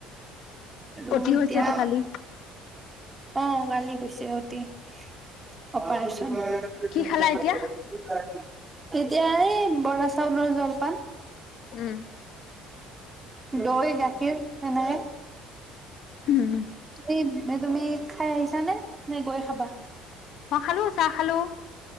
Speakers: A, on the right (about 15°); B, on the left (about 65°).
A: আৰু
B: কঠি
A: এতিয়া
B: হৈছে টো কালি
A: অ কালি <unintelligible> এতিয়া
B: কি খালা এতিয়া?
A: এই বৰা চাউলৰ জলপান
B: উম
A: দৌৰিলে এনেকে
B: উম
A: তুমি তুমি খাই আহিছা নে নে গৈ খাবা
B: মই খালোঁ চাহ খালোঁ